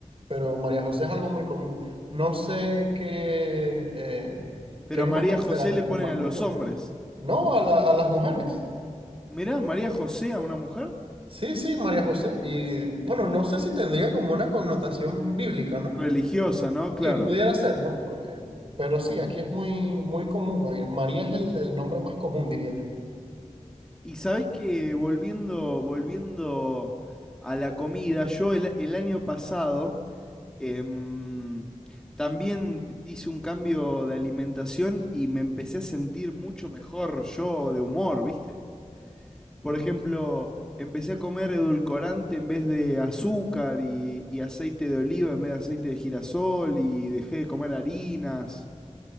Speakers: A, on the right; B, in the centre.
A: pero María José es algo muy común. No sé qué, eh,
B: Pero
A: qué nombres
B: María José
A: serán
B: le
A: como
B: ponen
A: más
B: a
A: comunes.
B: los hombres.
A: No, a la- a las mujeres.
B: Mirá, María José a una mujer
A: Sí, sí, María José. Y bueno, no sé si tendría como una connotación bíblica, ¿no?
B: religiosa, ¿no? Claro.
A: Y pudiera ser, ¿no? Por- eh, Pero sí, aquí es muy, muy común. eh, María es el, el nombre más común, diría yo.
B: Y sabés que volviendo, volviendo a la comida, yo el, el año pasado em, también hice un cambio de alimentación y me empecé a sentir mucho mejor yo de humor, ¿viste? Por ejemplo, empecé a comer edulcorante en vez de azúcar y, y aceite de oliva en vez de aceite de girasol y dejé de comer harinas.